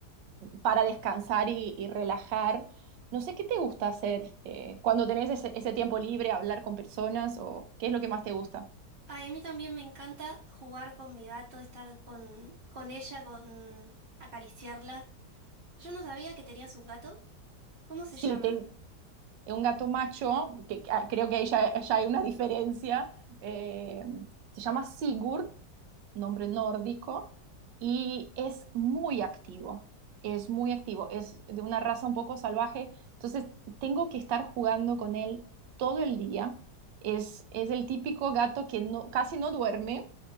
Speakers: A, on the right; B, on the right.
A: para descansar y, y relajar. No sé qué te gusta hacer eh, cuando tenés ese, ese tiempo libre, hablar con personas o qué es lo que más te gusta.
B: Ay, a mí también me encanta jugar con mi gato, estar con, con ella, con acariciarla. Yo no sabía que tenías un gato. ¿Cómo se
A: Sí,
B: llama?
A: tengo un gato macho, que que- ah, creo que ahí ya, ya hay una diferencia. eh, se llama Sigur nombre nórdico, y es muy activo, es muy activo, es de una raza un poco salvaje, entonces tengo que estar jugando con él todo el día. Es, es el típico gato que no, casi no duerme,